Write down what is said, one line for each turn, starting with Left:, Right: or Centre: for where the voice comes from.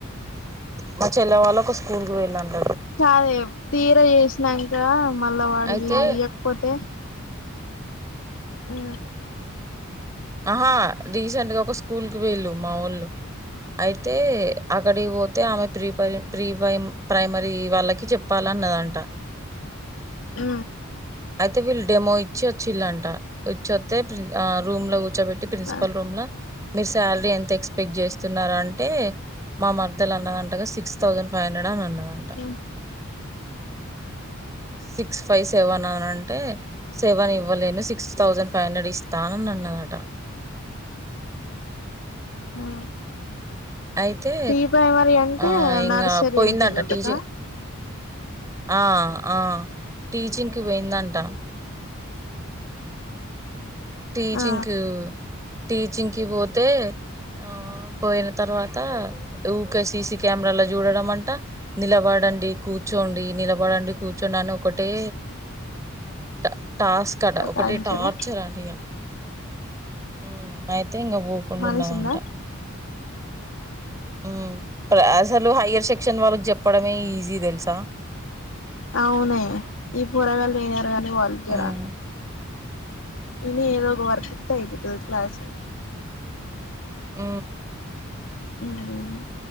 Right: మా చెల్లె వాళ్ళు ఒక స్కూల్ కు పోయిలంట
Left: కాదే తీర చేసినాంకా మళ్ళా వాడు
Right: అయితే
Left: ఈ ఇయ్యకపోతే ఉ
Right: ఆహా రీసెంట్గా ఒక స్కూల్కి పోయిళ్ళు మా వాళ్ళు అయితే అక్కడి పోతే ఆమె ప్రీ ప్రై ప్రీ ప్ర ప్రైమరీ వాళ్ళకి చెప్పాలన్నదంట
Left: ఉ
Right: అయితే వీళ్ళు డెమో ఇచ్చి వచ్చిలాంట తే ప్రీ ఆ రూమ్ లో కూర్చోబెట్టి ప్రిన్సిపల్
Left: ఆ
Right: రూమ్ ల మీరు శాలరీ ఎంత ఎక్స్పెక్ట్ చేస్తున్నారంటే మా మరదెలన్నదంటగా సిక్స్ థౌసండ్ ఫై హండ్రెడ్ ఆ అని అన్నదంట
Left: హొ
Right: సిక్స్ ఫైవ్ సెవెన్ అనంటే సెవెన్ ఇవ్వలేను సిక్స్ తౌసెండ్ ఫైవ్ హండ్రెడ్ ఇస్తా అననన్నాదట
Left: ఆ
Right: అయితే
Left: ప్రీ ప్రైమరీ అంటే
Right: ఆ ఇంగా
Left: నర్సరీ
Right: పోయిందంట
Left: ఎల్కేజి ఒల్లక
Right: టీచింగ్ ఆ ఆ టీచింగ్కి పోయిందంట టీచింకు
Left: ఆ
Right: టీచింకి పోతే ఆ పోయిన తర్వాత ఊకే సిసి కెమెరాలో చూడడం అంటా నిలబడండి కూర్చోండి నిలబడండి కూర్చోండి అనొకటే ట టాస్క్ అట
Left: సతాయించుడా
Right: ఒకటె టార్చర్ అంట ఇగా ఊ అయితే ఇంగ పోకుండా
Left: మనిషుందా
Right: ఉన్నదంట ఊ ప్ర అసలు హైయర్ సెక్షన్ వాళ్ళకి చెప్పడమే ఈజీ తెలుసా
Left: అవునే ఈ పోరగాలు వినారు కానీ వాళ్ళు జరా
Right: మ్మ్
Left: ఇని ఏదో ఒక వర్క్ ఇతే అపోతది క్లాసు
Right: ఊ
Left: ఉమ్